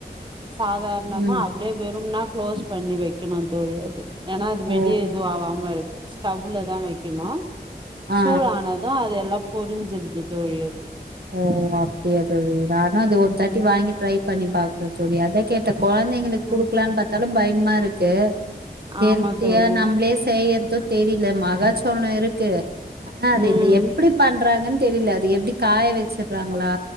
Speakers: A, on the right (about 30°); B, on the right (about 70°).
A: சாதாரணமா
B: ம்
A: அப்டியே வெறும்னா குளோஸ் பண்ணி வெக்கணு தோழி அது ஏனா அது
B: ஓ
A: வெளிய எது ஆவாம இருக் ஸ்டவ்ல தா வெக்கணு
B: ஆ
A: சூடான து அது எல்லா பொரிஞ்சுருது தோழி அது
B: ஓ அப்டியா தோழி நானு அது ஒரு தாட்டி
A: ம்
B: வாங்கி ட்ரை பண்ணி பாக்ணு தோழி அதா கேட்டே கொழந்தைங்களுக்கு குடுக்கலான்
A: ம்
B: பாத்தாளு பயமா இருக்கு ஹெல்த்தியா
A: ஆமா தோழி
B: நம்ளே செய்யறது தெரில மகா சோலோ இருக்கு ஆனா அது
A: ம்
B: இனி எப்டி பண்றாங்கன்னு தெரில அது எப்டி காய வெச்சிறாங்ளா